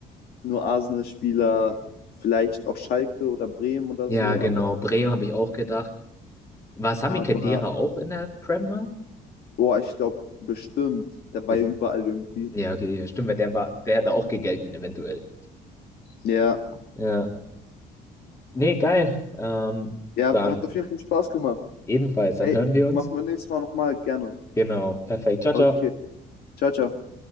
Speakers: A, on the left; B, on the left.
A: nur Arsenal-Spieler, vielleicht auch Schalke oder Bremen oder
B: Ja,
A: so,
B: genau.
A: aber,
B: Bremen habe ich auch gedacht. War Sami
A: aber
B: Khedira auch in der Prem mal?
A: boah, ich glaube bestimmt, der
B: Mit-
A: war ja überall irgendwie.
B: Ja, okay, ja, stimmt, weil der war, der hätte auch gegelten, eventuell.
A: Ja,
B: Ja. Nee, geil. Ähm,
A: ja,
B: dann
A: hat auf jeden Fall Spaß gemacht.
B: ebenfalls, dann
A: Ey,
B: hören wir uns.
A: machen wir nächstes Mal nochmal, gerne.
B: Genau, perfekt. Ciao, ciao.
A: Okay, ciao, ciao.